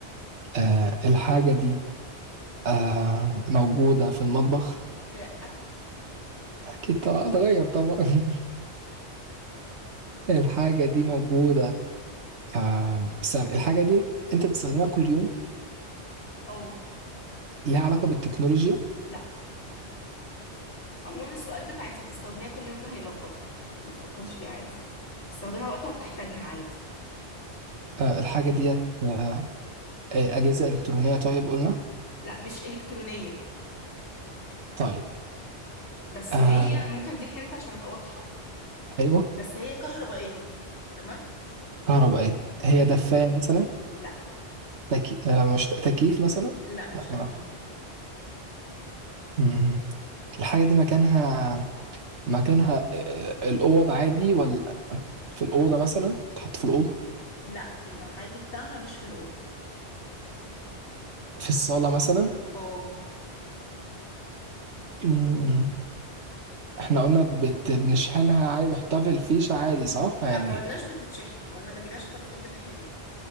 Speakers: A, on the right; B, on the left.
A: آه الحاجة دي آه موجودة في المطبخ
B: لا <laughs>
A: أكيد طبعا اتغير طبعا <laughs> الحاجة دي موجودة آه استنى الحاجة دي أنت بتستخدمها كل يوم
B: اه
A: ليها علاقة بالتكنولوجيا
B: لا عموما السؤال بتاع انت بتستخدميها كل يوم ده هيلخبطك ما تفكرش فيه عادي استخدمها وقت ما بتحتاجها عادي
A: آه، الحاجة
B: تحت...
A: ديت آه، آه، أجهزة إلكترونية طيب قلنا
B: لا مش إلكترونية
A: طيب
B: بس
A: آه،
B: هي ممكن اديك انت عشان ابقى واضحة
A: أيوه
B: بس هي كهربائية تمام
A: كهربائية هي
B: اه
A: دفاية مثلا
B: لا
A: تكي... آه، مش تكييف مثلا
B: لا مش
A: لا
B: تكييف
A: ما. مم. الحاجة دي مكانها مكانها آه، آه، الأوض عادي ولا في الأوضة مثلا تحط في الأوضة
B: لا العادي بتاعها مش في الأوضة
A: في الصالة مثلا
B: اه
A: مم. احنا قلنا بت... بنشحنها عادي بنحطها في الفيشة عادي صح
B: لا
A: يعني
B: ما قلناش بتتشحن ما قلنا ما جيناش خالص جنب الناحيه دي